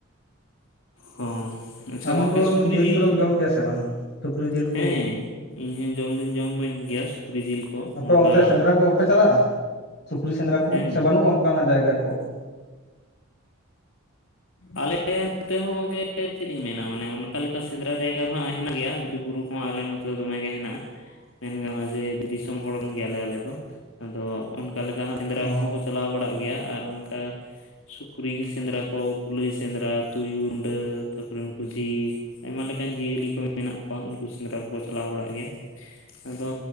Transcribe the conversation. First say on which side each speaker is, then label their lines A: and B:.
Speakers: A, on the left; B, on the left.
A: ᱦᱚᱸ ᱟᱪᱪᱷᱟ
B: ᱟᱢ
A: ᱜᱚᱝᱠᱮ
B: ᱫᱚ
A: ᱥᱩᱠᱨᱤ ᱡᱤᱞ
B: ᱠᱚᱫᱚᱢ
A: ᱫᱚ,
B: ᱡᱚᱢ ᱜᱮᱭᱟ ᱥᱮ ᱵᱟᱝ ᱥᱩᱠᱨᱤ ᱡᱤᱞ ᱠᱚ
A: ᱦᱮᱸ ᱤᱧ ᱦᱚᱸ ᱡᱚᱢ ᱫᱩᱧ ᱡᱚᱢ ᱜᱮᱭᱟ ᱥᱩᱠ ᱠᱨᱤ ᱡᱤᱞ ᱠᱚ
B: ᱟᱯᱮ
A: ᱱᱚᱝᱠᱟ
B: ᱚᱱᱛᱮ ᱥᱮᱸᱫᱽᱨᱟ ᱠᱚ ᱵᱟᱯᱮ ᱪᱟᱞᱟᱜᱼᱟ ᱥᱩᱠᱨᱤ ᱥᱮᱸᱫᱽᱨᱟ ᱠᱚ,
A: ᱦᱮᱸ
B: ᱥᱮ ᱵᱟᱹᱱᱩᱜᱼᱟ ᱚᱱᱠᱟᱱᱟᱜ ᱡᱟᱭᱜᱟ ᱠᱚ
A: ᱟᱞᱮ ᱱᱚᱛᱮ ᱦᱚᱸ ᱜᱚᱝᱠᱮ ᱪᱮᱫ ᱤᱧ ᱢᱮᱱᱟ ᱢᱟᱱᱮ ᱚᱱᱠᱟ ᱞᱮᱠᱟ ᱥᱮᱸᱫᱽᱨᱟ ᱡᱟᱭᱜᱟ ᱫᱚ ᱦᱟᱸᱜ ᱦᱮᱱᱟᱜ ᱜᱮᱭᱟ ᱵᱤᱨ ᱵᱩᱨᱩ ᱦᱚᱸ ᱟᱞᱮ ᱱᱚᱛᱮ ᱫᱚᱢᱮ ᱜᱮ ᱦᱮᱱᱟᱜᱼᱟ ᱢᱮᱱ ᱜᱟᱱᱚᱜᱼᱟ ᱡᱮ ᱫᱤᱥᱚᱢ ᱦᱚᱲᱚᱱ ᱜᱮᱭᱟᱞᱮ ᱟᱞᱮ ᱫᱚ ᱟᱫᱚ ᱚᱱᱠᱟ ᱞᱮᱠᱟᱜ ᱥᱮᱸᱫᱽᱨᱟ
B: ᱚ
A: ᱠᱚᱦᱚᱸ ᱠᱚ ᱪᱟᱞᱟᱣ ᱵᱟᱲᱟᱜ ᱜᱮᱭᱟ ᱟᱨ ᱚᱱᱠᱟ ᱥᱩᱠᱨᱤ ᱥᱮᱸᱫᱽᱨᱟ ᱠᱚ ᱠᱩᱞᱟᱹᱭ ᱥᱮᱸᱫᱽᱨᱟ ᱛᱩᱭᱩ, ᱨᱩᱸᱰᱟᱹ ᱛᱟᱯᱚᱨᱮ ᱱᱩᱠᱩ ᱡᱷᱤᱠ ᱟᱭᱢᱟ ᱞᱮᱠᱟᱱ ᱡᱤᱭᱟᱹᱞᱤ ᱠᱚ ᱢᱮᱱᱟᱜ ᱠᱚᱣᱟ ᱩᱱᱠᱩ ᱥᱮᱸᱫᱽᱨᱟ ᱠᱚᱠᱚ ᱪᱟᱞᱟᱣ ᱵᱟᱲᱟᱜ ᱜᱮᱭᱟ ᱟᱫᱚ